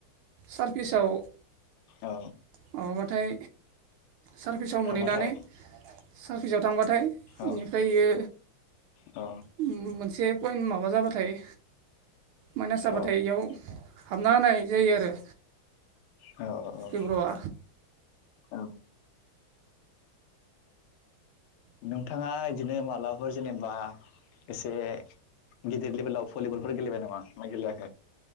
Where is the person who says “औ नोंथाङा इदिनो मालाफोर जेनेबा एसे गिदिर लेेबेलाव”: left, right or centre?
Left